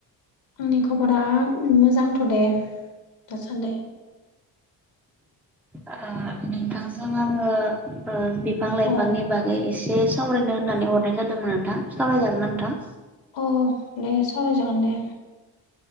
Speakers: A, on the left (about 70°); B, in the centre.
A: आंनि खबरा मोजांथ' दे दासान्दि
B: अह ओ नोंथांजों आङो ओ बिफां लाइफांनि
A: अ
B: बागै एसे सावरायनो होननानै हरनाय जादोंमोन नोंथां सावरायजागोनना नोंथां।
A: अह दे सावराय जागोन दे।